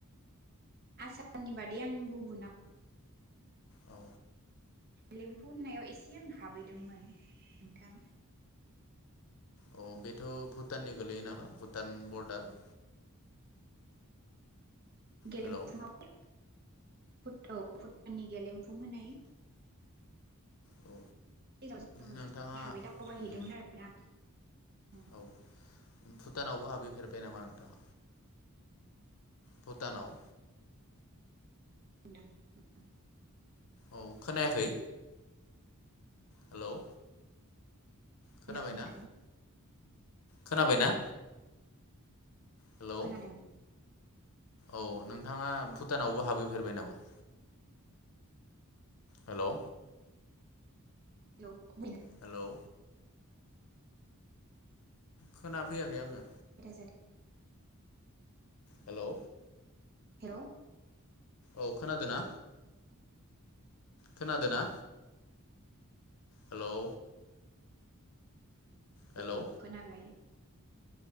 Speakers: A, on the right; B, on the left.
A: आसामनि बादै आं गुबुुनाव
B: औ
A: लिम्फु होननायाव एसे आं हाबैदोंमोन। नोंथां
B: अ बेथ' भुटाननि गोलैयो नामा भुटान बर्डार
A: गेलेम्फुंआव
B: हेलौ
A: औ भुटाननि गेलेमफुं होनाय
B: औ
A: <unintelligible> नाव जों
B: नोंथाङा
A: हाबै दावबायहैदोंमोन
B: उम
A: आरोना ओम
B: औ भुटानावबो हाबै फेरबाय नामा नोंथां? भुटानाव
A: न <unintelligible>
B: औ खोनायाखै? हेलौ खोनाबायना
A: हेलौ नोंथां
B: खोनाबायना? हेलौ
A: खोनादों
B: औ नोंथाङा भुटानावबो हाबहैफेरबाय नामा? हेलौ
A: <unintelligible>
B: हेलौ खोना फैयाखै आङो।
A: <unintelligible>
B: हेलौ
A: हेलौ
B: औ खोनादों ना? खोनादोना? हेलौ हेलौ
A: औ खोनाबाय